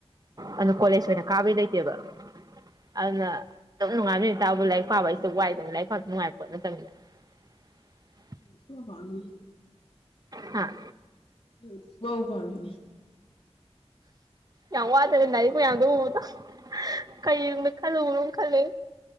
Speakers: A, on the right; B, on the left.
A: ꯑꯗꯣ ꯀꯣꯂꯦꯁ ꯑꯣꯏꯅ ꯀꯥꯕꯗꯤ ꯂꯩꯇꯦꯕ ꯑꯗꯨꯅ ꯑꯗꯨꯝ ꯅꯨꯡꯉꯥꯟꯕꯗꯩꯩ ꯅꯨꯃꯤꯠ ꯇꯥꯕꯧꯕ ꯂꯥꯏꯔꯤꯛ ꯄꯥꯕ ꯑꯩꯁꯦ ꯋꯥꯏꯗꯅ ꯂꯥꯏꯔꯤꯛ ꯄꯥꯕ ꯅꯨꯡꯉꯥꯏꯕ ꯄꯣꯠ ꯅꯠꯇꯝꯅꯤꯅ <inaudible>
B: <unintelligible>
A: ꯍꯥꯥ
B: ꯍꯨꯝ ꯕꯧ ꯄꯥꯔꯨꯏꯅꯦ
A: ꯌꯥꯝ ꯋꯥꯗꯣꯔꯦ ꯂꯥꯏꯔꯤꯛ ꯃꯌꯥꯝꯗꯣ ꯎꯕꯗ ꯀꯩ ꯅꯨꯡꯗ ꯈꯜꯂꯨꯕꯅꯣ ꯈꯜꯂꯛꯑꯦ